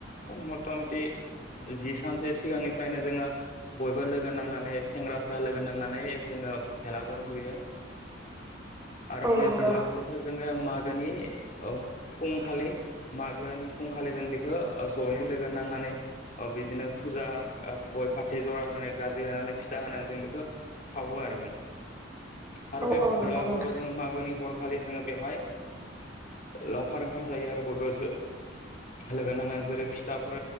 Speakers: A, on the left (about 40°); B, on the right (about 15°).
A: मता मति जि सानसो सिगांनिफ्रायनो जोङो बयबो लोगो नांनानै सेंग्राफ्रा लोगो नांनानै जोङो ओ भेलागुर लुयो। आरो
B: औ
A: बे
B: नंगौ
A: भेलागुरखौ जोङो मागोनि ओ फुंखालि माग गोनि फुंखालि जों बेखो ओ जयै लोगो नांनानै अ बिदिनो फुजा गय फाथै जरा होनानै गाजि होनानै फिथा होनानै जों बेखौ सावो आरो जों। आरो
B: औ
A: बे
B: औ नंगौ
A: भेलाघराव
B: नोंथां
A: जोङो मागोनि हरखालि जोङो बेवहाय लावखार ओंखाम जायो आरो बयबो जो लोगो नांनानै जेरै फिथाफोर